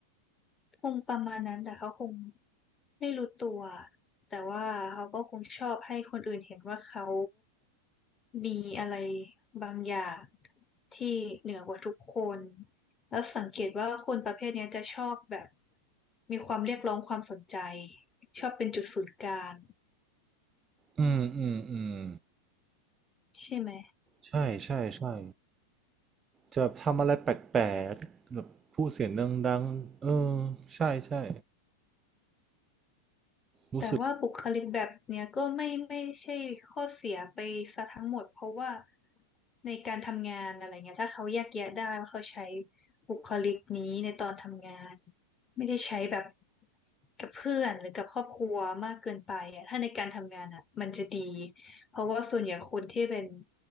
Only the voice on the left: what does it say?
คงประมาณนั้นแต่เขาคง ไม่รู้ตัวแต่ว่าเขาก็คงชอบให้คนอื่นเห็นว่าเขามีอะไรบางอย่างที่เหนือกว่าทุกคนแล้วสังเกตว่าคนประเภทเนี้ยจะชอบแบบมีความเรียกร้องความสนใจชอบเป็นจุดศูนย์กลาง
ใช่ไหม
แต่ว่าบุคลิกแบบเนี้ยก็ไม่ไม่ใช่ข้อเสียไปซะทั้งหมดเพราะว่าในการทำงานอะไรเงี้ยถ้าเขาแยกแยะได้ว่าเขาใช้บุคลิกนี้ในตอนทำงานไม่ได้ใช้แบบกับเพื่อนหรือกับครอบครัวมากเกินไปอ่ะถ้าในการทำงานอ่ะมันจะดีเพราะว่าส่วนใหญ่คนที่เป็น